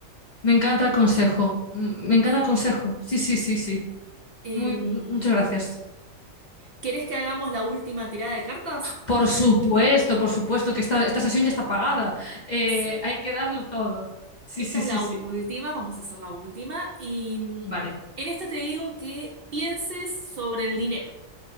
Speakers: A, on the left; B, on the right.
A: Me encanta el consejo, mm, me encanta
B: Sí.
A: el consejo, sí, sí, sí, sí.
B: Em,
A: Muy, muchas gracias.
B: ¿querés que hagamos la última tirada de cartas?
A: Por supuesto, por supuesto que esta, esta sesión ya está pagada. Eh,
B: Sí.
A: hay que darlo todo. Sí,
B: Esta
A: sí,
B: es
A: sí,
B: la
A: sí.
B: última, vamos a hacer la última. Y mm,
A: Vale.
B: en esta te digo que pienses sobre el dinero,